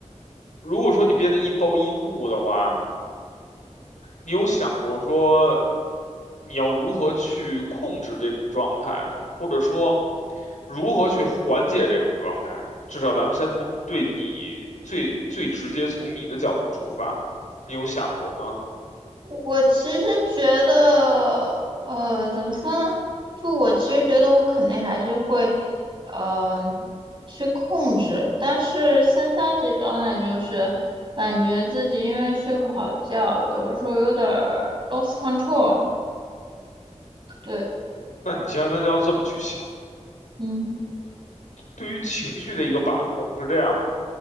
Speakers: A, on the left; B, on the right.
A: 如果说你变得易暴易怒的话，你有想过说你要如何去控制这种状态吗？或者说如何去缓解这种状态？至少咱们先从对你最最直接从你的角度出发，你有想过吗？
B: 我其实觉得，呃，怎么说呢？就我其实觉得我肯定还是会，嗯、去控制。但是现在这状态就是感觉自己因为睡不好觉，有的时候有点儿 lost control。对，
A: 那你千万要这么去想，
B: 嗯
A: 对于情绪的一个把控是这样的。